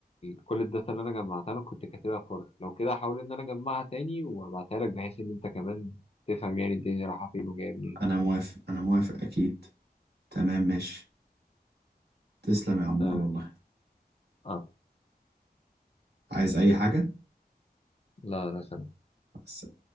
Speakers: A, on the left; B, on the right.
A: كل الداتا اللي أنا جمعتها أنا كنت كاتبها في ورق لو كده هحاول إن أنا أجمعها تاني وأبعتها لك بحيث إن أنت كمان تفهم يعني الدنيا رايحة فين وجاية منين
B: انا موافق انا موافق اكيد تمام ماشي تسلم يا عمور
A: آه.
B: والله
A: آه.
B: عايز اي حاجه
A: لا لا
B: بس